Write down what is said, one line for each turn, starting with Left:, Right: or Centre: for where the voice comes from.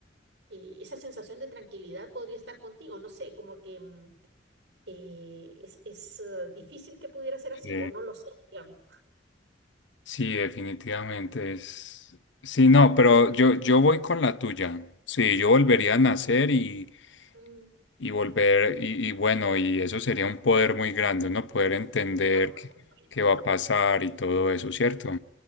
Right: eh, esa sensación de tranquilidad podría estar contigo, no sé, como que... mm, eh, es, es, eh, difícil que pudiera ser así,
Left: Sí,
Right: o no lo sé, digamos.
Left: sí, definitivamente es. Sí, no, pero yo, yo voy con la tuya. Sí, yo volvería a nacer y
Right: Mm,
Left: y volver, y, y bueno, y eso sería un poder muy grande, uno poder entender
Right: Ah, por
Left: qué,
Right: supuesto.
Left: qué va a pasar y todo eso, ¿cierto?